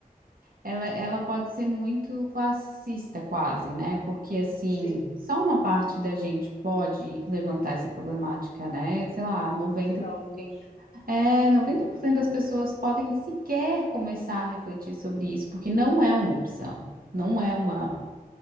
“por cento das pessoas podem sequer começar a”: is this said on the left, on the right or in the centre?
Right